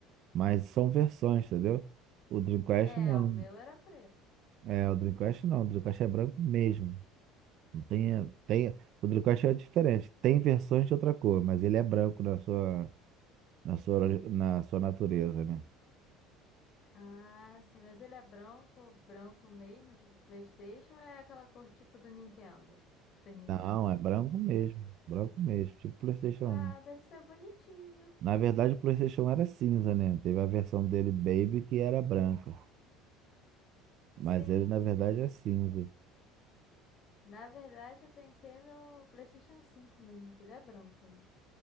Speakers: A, on the right; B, on the left.
A: Mas são versões, entendeu? O Dreamcast
B: É,
A: não.
B: o meu era preto.
A: É, o Dreamcast não. O Dreamcast é branco mesmo. Não tem, tem, o Dreamcast é diferente. Tem versões de outra cor, mas ele é branco na sua, na sua, na sua natureza, né?
B: Ah, sim, mas ele é branco, branco mesmo, tipo PlayStation, ou é aquela cor tipo do Nintendo, Super Nintendo.
A: Não, é branco mesmo. Branco mesmo. Tipo PlayStation
B: Ah,
A: 1.
B: deve ser bonitinho.
A: Na verdade, o PlayStation um era cinza, né? Teve a versão dele Baby que era branca. Mas
B: Sim,
A: ele, na verdade,
B: sim.
A: é cinza.
B: Na verdade, eu pensei no PlayStation cinco mesmo, que ele é branco, né?